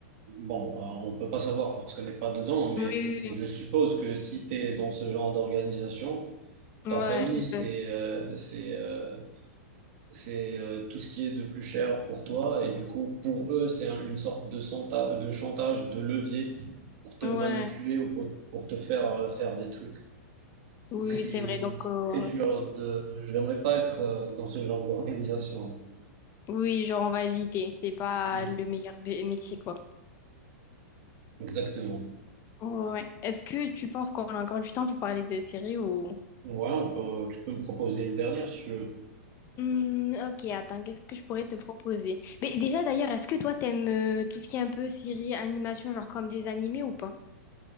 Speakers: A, on the right (about 50°); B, on the left (about 30°).
A: Bon, hein, on peut pas savoir parce qu'on n'est pas dedans, mais
B: Oui, oui,
A: je suppose que si t'es dans ce genre d'organisation,
B: oui.
A: ta
B: Ouais,
A: famille,
B: il
A: c'est
B: peut.
A: euh, c'est euh, c'est euh, tout ce qui est de plus cher pour toi, et du coup, pour eux, c'est un- une sorte de, santa- de chantage, de levier pour te
B: Ouais.
A: manipuler ou pour, pour te faire euh, faire des trucs.
B: Oui,
A: Donc c'est
B: oui, c'est vrai. Donc,
A: c'est
B: euh,
A: très dur de... J'aimerais pas être euh, dans ce genre d'organisation.
B: Oui, genre on va éviter. C'est pas
A: Mm,
B: le meilleur bé- métier, quoi.
A: Exactement.
B: Ouais. Est-ce que tu penses qu'on a encore du temps pour parler de séries ou...
A: Ouais, on peut- tu peux me proposer une dernière si tu veux.
B: Hmm, ok, attends, qu'est-ce que je pourrais te proposer? Mais déjà d'ailleurs, est-ce que toi t'aimes euh, tout ce qui est un peu série, animation, genre comme des animés ou pas?